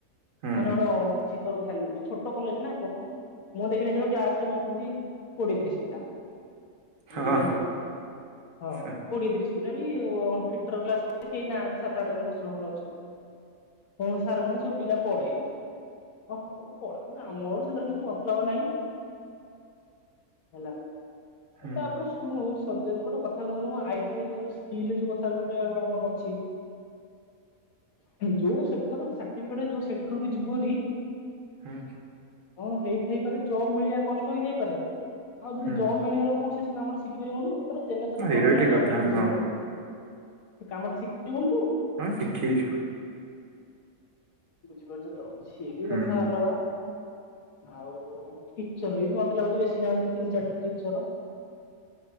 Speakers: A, on the right; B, on the left.
A: ହୁଁ
B: ମାନେ ଗୋଟେ ଅଛି ତୋର ଭାଲୁ ନାହିଁ ଛୋଟ କଲେଜ ନା। ମୁଁ ଦେଖିଲି ହେତିବେଳୁ କ୍ଲାସରେ କୋଡିଏତିରିଶ ପିଲା
A: ହଁ
B: ବୁଝିପାରୁଚୁ ତ ହଁ
A: ସ-
B: କୋଡିଏତିରିଶ ପି ହେଲେ ବି ଫିଟ୍ ର କ୍ଲାସରୁମ୍ ରେ କେହି ନାହାନ୍ତି ସାତ ଆଠ ଜଣ ଦଶ ଜଣ ଖଣ୍ଡେ ଅଛନ୍ତି। ହଁ ସାର୍ କଣ ସବୁ ପିଲା ପଳେଇନ୍ତି। ହ ହୋଉ ପଳାନ୍ତୁ ଆ ମୋର ସେଥିରେ କିଛି ମତଲବ ନାହିଁ। ହେଲା ଆଉ
A: ହୁଁ
B: ତାପରେ ଶୁଣୁ ତତେ ମୁଁ ଗୋଟେ କଥା କୋହୁଚି ଆଇ ଟି ଆଇ ଯୋଉ ସ୍କିଲରେ ଯୋଉ କଥା କହିବାଟା ଆମର ଅଛି। ଯୋଉ ସେକ୍ଟର ସାର୍ଟିଫିକେଟ ଯୋଉ ସେକ୍ଟରକୁ ଯିବୁହାରି
A: ହୁଁ
B: ହଁ ହେଇଥାଇପାରେ ଜବ ମିଳିବା କଷ୍ଟ ହୋଇଯାଇପାରେ ଆଉ ଯଦି
A: ହୁଁ।
B: ଜବ୍ ମିଳିଗଲା ତ କଣ ସେ କାମ ଶିଖିପାରିବନୁ ତାର ଯେନ ତେନ
A: ହଁ, ସେଇଟା
B: ପ୍ରକାରର
A: ବି ଠିକ
B: ଜବ୍
A: କଥା
B: ଟା ମିଳିଗଲା
A: ହଁ
B: ସେ କାମଟା ଶିଖିବୁନି ତୁ?
A: ଆଁ ଶିଖିଛୁ।
B: ବୁଝିପାରୁଛ ତ ସିଏ ବି
A: ହୁଁ
B: କଥା ଅଲଗା। ଆଉ ଟିଚର ବି ବି ମତେ ଲାଗୁଛି ବେଶୀ ନାହାନ୍ତି ତିନି ଚାରିଟା ଟିଚର।